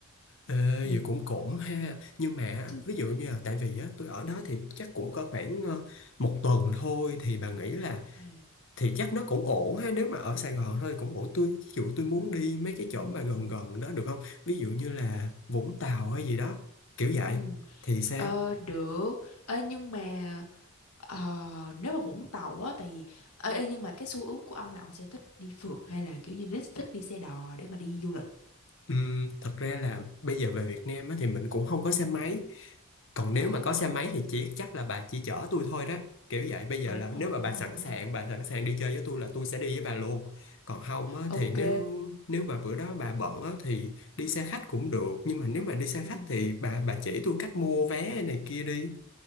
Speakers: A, on the left; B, on the left.
A: Ê,
B: ừ
A: vậy cũng cũng ha nhưng mà
B: chứ
A: ví
B: sao
A: dụ như là tại vì á tôi ở đó thì chắc cũng có khoảng ờ, một tuần thôi thì bà nghĩ là
B: À,
A: thì chắc nó cũng ổn ha nếu mà ở Sài Gòn thôi thì cũng ổn tôi ví dụ tôi muốn đi mấy cái
B: ừ
A: chỗ mà gần gần đó được không ví dụ như là Vũng Tàu hay gì đó kiểu vậy
B: ừ
A: thì sao
B: ờ được Ê, nhưng mà Ờ, nếu mà Vũng Tàu á tại vì ê, ê, nhưng mà cái xu hướng của ông là ông sẽ thích đi phượt hay là kiểu như thích thích đi xe đò để mà đi du lịch
A: Ừm, thật ra là bây giờ về Việt Nam á, thì mình cũng không có xe máy còn
B: à,
A: nếu mà có xe máy thì chỉ chắc là bà chỉ chở tôi thôi đó kiểu vậy bây giờ
B: đúng
A: là nếu
B: rồi
A: mà
B: đúng
A: bà
B: rồi
A: sẵn
B: đúng
A: sàng
B: rồi
A: bà sẵn sàng đi chơi với tôi là tôi sẽ đi với bà luôn còn không á,
B: ok
A: thì nếu nếu mà bữa đó bà bận á, thì đi xe khách cũng được nhưng mà nếu mà đi xe
B: ừ.
A: khách thì bà bà chỉ tôi cách mua vé này kia đi